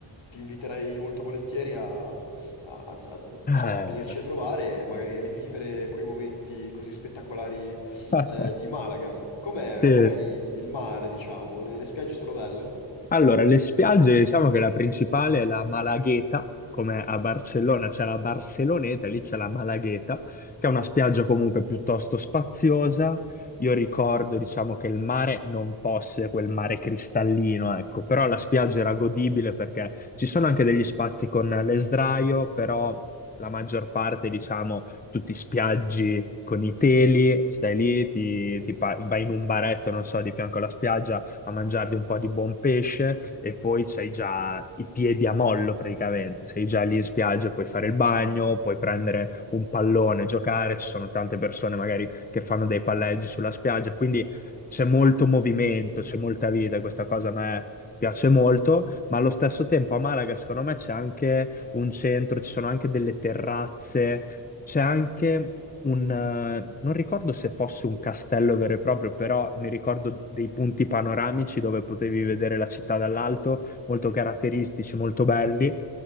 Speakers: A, on the left (about 80°); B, on the left (about 20°).
A: ti inviterei molto volentieri a, a- a- a- diciamo,
B: Eh,
A: a venirci a trovare e magari rivivere quei momenti così spettacolari
B: <laughs>
A: eh, di Malaga. Com'è,
B: sì.
A: com'è lì il, il mare, diciamo? Le, le spiagge sono belle?
B: Allora, le spiagge, diciamo che la principale è la Malagueta, come a Barcellona c'è la Barceloneta, lì c'è la Malagueta, che è una spiaggia comunque piuttosto spaziosa. Io ricordo, diciamo, che il mare non fosse quel mare cristallino, ecco, però la spiaggia era godibile perché ci sono anche degli spazi con le sdraio, però la maggior parte, diciamo, tutti spiaggi con i teli, stai lì, ti, ti pa- vai in un baretto, non so, di fianco alla spiaggia a mangiarti un po' di buon pesce e poi c'hai già i piedi a mollo praticamente, sei già lì in spiaggia, puoi fare il bagno, puoi prendere un pallone, giocare, ci sono tante persone magari che fanno dei palleggi sulla spiaggia, quindi c'è molto movimento, c'è molta vita, questa cosa a me piace molto, ma allo stesso tempo a Malaga secondo me c'è anche un centro, ci sono anche delle terrazze c'è anche un, eh, non ricordo se fosse un castello vero e proprio, però mi ricordo dei punti panoramici dove potevi vedere la città dall'alto, molto caratteristici, molto belli